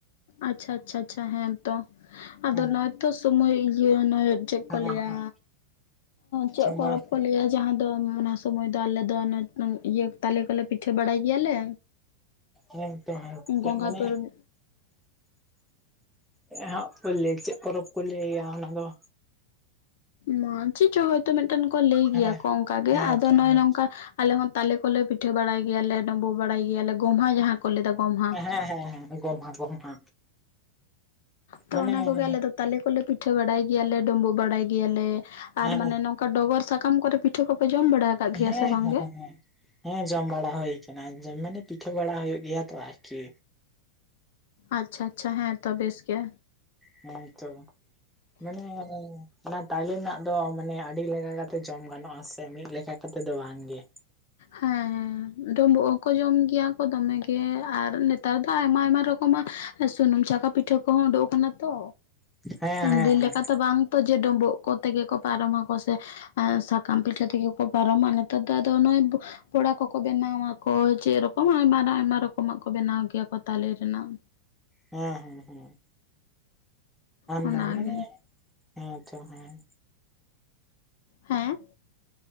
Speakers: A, on the left; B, in the centre.
A: ᱟᱪᱪᱷᱟ ᱟᱪᱪᱷᱟ ᱪᱷᱟ ᱦᱮᱸᱛᱚ ᱟᱫᱚ
B: ᱦᱮᱸ
A: ᱱᱚᱜᱼᱚᱭ ᱛᱚ ᱥᱚᱢᱚᱭ ᱤᱭᱟᱹ ᱱᱚᱜᱼᱚᱭ ᱪᱮᱫ
B: ᱦᱮᱸ
A: ᱠᱚ ᱞᱟᱹᱭᱟ
B: ᱦᱮᱸ
A: ᱪᱮᱫ
B: ᱥᱚᱢᱚᱭ
A: ᱯᱚᱨᱚᱵᱽ ᱠᱚ ᱞᱟᱹᱭᱟ ᱡᱮ ᱡᱟᱦᱟᱸ ᱫᱚ ᱚᱱᱟ ᱥᱚᱢᱚᱭ ᱫᱚ ᱟᱞᱮ ᱫᱚ ᱤᱭᱟᱹ ᱛᱟᱞᱮ ᱠᱚᱞᱮ ᱯᱤᱴᱷᱟᱹ ᱵᱟᱲᱟᱭ ᱜᱮᱭᱟᱞᱮ᱾
B: ᱦᱮᱸᱛᱚ ᱦᱮᱸᱛᱚ ᱪᱮᱫ
A: ᱜᱚᱸᱜᱷᱟ
B: ᱢᱟᱱᱮ
A: ᱯᱚᱨᱚᱵᱽ
B: ᱦᱟᱸᱜ ᱠᱚ ᱞᱟᱹᱭ ᱪᱮᱫ ᱯᱚᱨᱚᱵᱽ ᱠᱚ ᱞᱟᱹᱭᱟ ᱚᱱᱟ ᱫᱚ
A: ᱢᱟ ᱪᱮᱫ ᱪᱚ ᱦᱭᱛᱳ ᱢᱤᱫᱴᱮᱱ ᱠᱚ ᱞᱟᱹᱭ
B: ᱦᱮᱸ
A: ᱜᱮᱭᱟ ᱠᱚ ᱚᱝᱠᱟᱜ ᱜᱮ
B: ᱦᱮᱸ
A: ᱟᱫᱚ
B: ᱛᱟᱦᱚᱞᱮ
A: ᱱᱚᱜᱼᱚᱭ ᱱᱚᱝᱠᱟ ᱟᱞᱮ ᱦᱚᱸ ᱛᱟᱞᱮ ᱠᱚᱞᱮ ᱯᱤᱴᱷᱟᱹ ᱵᱟᱲᱟᱭ ᱜᱮᱭᱟᱞᱮ ᱰᱩᱢᱵᱩᱜ ᱵᱟᱲᱟᱭ ᱜᱮᱭᱟᱞᱮ ᱜᱚᱢᱦᱟ ᱡᱟᱦᱟᱸ ᱠᱚ ᱞᱟᱹᱭ ᱫᱟ ᱜᱚᱢᱦᱟ᱾
B: ᱦᱮᱸ ᱦᱮᱸ ᱦᱮᱸ᱾ ᱜᱚᱢᱦᱟ ᱜᱚᱢᱦᱟ᱾
A: ᱛᱚ
B: ᱢᱟᱱᱮ
A: ᱚᱱᱟ
B: ᱦᱮᱸ
A: ᱠᱚᱜᱮ ᱟᱞᱮ ᱫᱚ ᱛᱟᱞᱮ ᱠᱚᱞᱮ ᱯᱤᱴᱷᱟᱹ ᱵᱟᱲᱟᱭ ᱜᱮᱭᱟᱞᱮ ᱰᱩᱸᱵᱩᱜ ᱵᱟᱲᱟᱭ ᱜᱮᱭᱟᱞᱮ᱾
B: ᱦᱮᱸ
A: ᱟᱨ ᱢᱟᱱᱮ ᱱᱚᱝᱠᱟ ᱰᱚᱜᱚᱨ ᱥᱟᱠᱟᱢ ᱠᱚᱨᱮ ᱯᱤᱴᱷᱟᱹ ᱠᱚᱯᱮ ᱡᱚᱢ ᱵᱟᱲᱟ ᱟᱠᱟᱫ ᱜᱮᱭᱟ
B: ᱦᱮᱸ
A: ᱥᱮ ᱵᱟᱝᱜᱮ
B: ᱦᱮᱸ ᱦᱮᱸ᱾ ᱦᱮᱸ ᱡᱚᱢ ᱵᱟᱲᱟ ᱦᱩᱭ ᱠᱟᱱᱟ ᱢᱟᱱᱮ ᱯᱤᱴᱷᱟᱹ ᱵᱟᱲᱟ ᱦᱩᱭᱩᱜ ᱜᱮᱭᱟ ᱛᱚ ᱟᱨᱠᱤ᱾
A: ᱟᱪᱪᱷᱟ ᱟᱪᱪᱷᱟ ᱦᱮᱸ ᱛᱚ ᱵᱮᱥ ᱜᱮ᱾
B: ᱦᱮᱸᱛᱚ ᱢᱟᱱᱮ ᱚᱱᱟ ᱛᱟᱞᱮ ᱨᱮᱱᱟᱜ ᱫᱚ ᱢᱟᱱᱮ ᱟᱹᱰᱤ ᱞᱮᱠᱟ ᱠᱟᱛᱮᱜ ᱡᱚᱢ ᱜᱟᱱᱚᱜ ᱟ ᱥᱮ ᱢᱤᱫ ᱞᱮᱠᱟ ᱠᱟᱛᱮ ᱫᱚ ᱵᱟᱝᱜᱮ᱾
A: ᱦᱮᱸ ᱰᱳᱵᱳᱜ ᱦᱚᱸᱠᱚ ᱡᱚᱢ ᱜᱮᱭᱟ ᱠᱚ ᱫᱚᱢᱮᱜ ᱜᱮ ᱟᱨ ᱱᱮᱛᱟᱨ ᱫᱚ ᱟᱭᱢᱟ ᱟᱭᱢᱟ ᱨᱚᱠᱚᱢᱟᱜ ᱥᱩᱱᱩᱢ ᱪᱟᱠᱟ ᱯᱤᱴᱷᱟᱹ ᱠᱚᱦᱚᱸ ᱩᱰᱩᱠ ᱠᱟᱱᱟ ᱛᱚ,
B: ᱦᱮᱸ
A: ᱩᱱ
B: ᱦᱮᱸ
A: ᱫᱤᱱ
B: ᱦᱮᱸ
A: ᱞᱮᱠᱟᱛᱮ ᱵᱟᱝᱛᱚ ᱡᱮ ᱰᱳᱵᱳᱜ ᱠᱚᱛᱮᱜᱮ ᱠᱚ ᱯᱟᱨᱚᱢᱟᱠᱚ ᱥᱮ ᱮᱸ ᱥᱟ ᱠᱟᱢ ᱯᱤᱴᱷᱟ ᱛᱮᱜᱮ ᱠᱚ ᱯᱟᱨᱚᱢᱟ ᱱᱮᱛᱟᱨ ᱫᱚᱫᱚ ᱱᱚᱜᱼᱚᱭ ᱯᱚᱲᱟ ᱠᱚᱠᱚ ᱵᱮᱱᱟᱣᱟᱠᱚ ᱪᱮ ᱨᱚᱠᱚᱢ ᱟᱭᱢᱟ ᱟᱭᱢᱟ ᱨᱚᱠᱚᱢᱟᱜ ᱠᱚ ᱵᱮᱱᱟᱣ ᱜᱮᱭᱟ ᱠᱚ ᱛᱟᱞᱮ ᱨᱮᱱᱟᱜ᱾
B: ᱦᱮᱸ ᱦᱮᱸ ᱦᱮᱸ᱾
A: ᱚᱱᱟᱜᱮ
B: <inaudible> ᱢᱟᱱᱮ ᱦᱮᱸ ᱛᱚ ᱦᱮᱸ᱾
A: ᱦᱮᱸ?